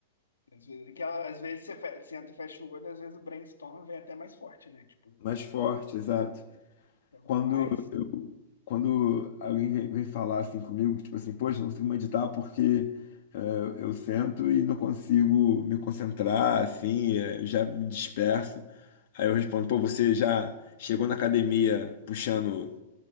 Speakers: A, on the left; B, on the left.
A: Às vezes, que ela- às vezes você fe- senta e fecha o olho, às vezes o brainstorm vem até mais forte, né? Tipo,
B: Mais forte, exato.
A: então,
B: Quando
A: mais.
B: quando alguém vem, vem falar assim comigo, tipo assim, poxa, não consigo meditar porque é, eu sento e não consigo me concentrar, assim, é, eu já me disperso. Aí eu respondo, pô, você já chegou na academia puxando